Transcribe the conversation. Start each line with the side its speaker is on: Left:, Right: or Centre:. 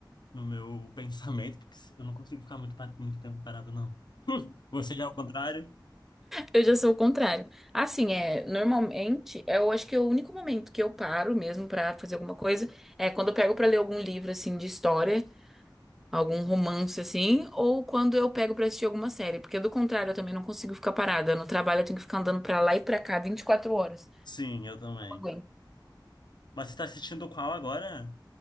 Left: no meu <laughs> pensamento, porque eu não consigo ficar muito, pa- muito tempo parado, não. Você já é o contrário?
Centre: Eu já sou o contrário. Assim, é, normalmente, é, eu acho que é o único momento que eu paro mesmo pra fazer alguma coisa é quando eu pego pra ler algum livro, assim, de história. algum romance assim, ou quando eu pego pra assistir alguma série, porque do contrário eu também não consigo ficar parada. No trabalho eu tenho que ficar andando pra lá e pra cá 24 horas.
Left: Sim, eu também.
Centre: Não aguento.
Left: Mas você tá assistindo qual agora?